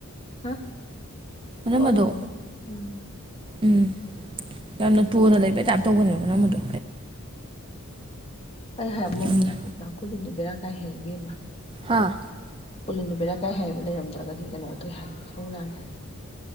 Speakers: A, on the left; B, on the right.
A: ꯍꯥ
B: ꯃꯅꯝꯃꯗꯣ
A: ꯊꯂꯗ ꯎꯝ
B: ꯎꯝ ꯌꯥꯝꯅ ꯇꯨꯅ ꯂꯩꯕꯩ ꯇꯥꯏꯞ ꯇꯧꯕꯅꯦꯕ ꯅꯪ ꯃꯗꯣ
A: ꯍ ꯍꯦ ꯃꯛ
B: ꯌꯥꯝꯅ
A: ꯅꯅꯥ ꯀꯣꯂꯤꯕꯦꯔ ꯀꯥꯏ ꯍꯦ ꯕꯤꯃ
B: ꯍꯥꯥ꯫
A: ꯀꯣꯂꯤꯟꯕꯦꯔꯥꯀꯥꯏ ꯍꯥꯏꯕ ꯂꯩꯔꯝꯗ꯭ꯔꯒꯗꯤ ꯀꯩꯅꯣ ꯇꯧꯋꯦ ꯍꯥꯏꯌꯦ ꯏꯁꯧ ꯂꯥꯡꯉꯦ ꯍꯩꯏꯌꯦ꯫